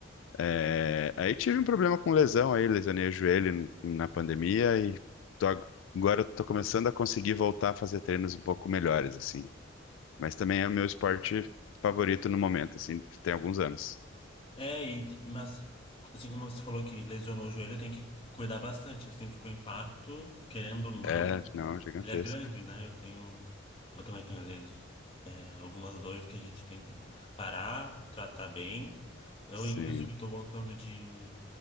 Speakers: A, on the left; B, on the left.
A: É, aí tive um problema com lesão aí, lesionei o joelho n- na pandemia e tô ag- agora estou começando a conseguir voltar a fazer treinos um pouco melhores assim. Mas também é o meu esporte favorito no momento, assim, tem alguns anos.
B: É, e, te- mas assim como você falou que lesionou o joelho, tem que cuidar bastante, assim, porque o impacto, querendo ou não,
A: É, não, gigantesco.
B: Ele é grande, né? Eu tenho. Eu também tenho, às vezes, é, algumas dores que a gente tem que parar, tratar bem. Eu,
A: Sim.
B: inclusive, estou voltando de,